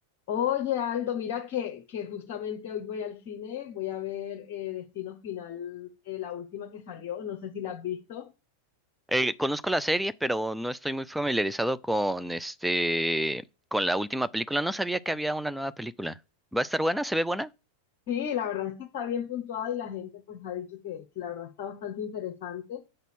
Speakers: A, on the left (about 45°); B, in the centre.
A: Oye, Aldo, mira que, que justamente hoy voy al cine, voy a ver eh, Destino Final, eh, la última que salió, no sé si la has visto.
B: Eh, conozco la serie, pero no estoy muy familiarizado con este, con la última película. No sabía que había una nueva película. ¿Va a estar buena? ¿Se ve buena?
A: Sí, la verdad es que está bien puntuada y la gente pues ha dicho que, que la verdad está bastante interesante